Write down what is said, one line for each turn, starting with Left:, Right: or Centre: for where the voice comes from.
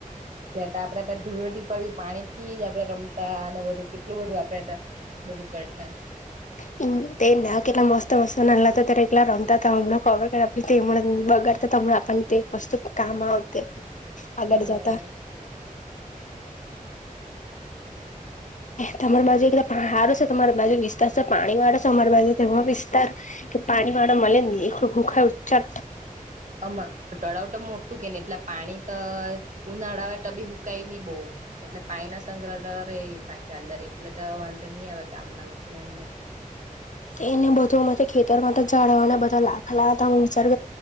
Right: ત્યારે આપડે તો ધુરેટી પર ભી પાણી થી જ આપળે રમતા અને બધું કેટલું બધું આપળે ટ બધું કરતા.
Left: હમ. તેજ ને આ કેટલા મસ્ત-મસ્ત નાણલા હતા ત્યારે એકટલા રમતા તા હમણાં ખબર કે અમણાં બગાતા તો અમણાં આપ પણ તે વસ્તુ કામ આવતે, આગળ
Right: હા
Left: જતા. તમાર બાજુ એકદા હારૂ છે તમારે બાજુ વિસ્તાર સ પાણી વાળા સે અમાર બાજુ તમાર વિસ્તાર કે પાણી વાળા મલે જ ની એખલુ હુંખાય ચ્ચત.
Right: અમા તળાવ તો મોટું કે ની એટલે પાણી તો ઉનાળા આવે તો બી હુકય ની બો એટલે પાણી ના સંગ્રર રે થાકે અંદર એટલે તો વાંધો ની આવે ગામના લોકને અમને.
Left: એને બધું અમે ખેતર માં તો જાળવા અને બધા લાખ લાવતા હોય વિચાર <unintelligible>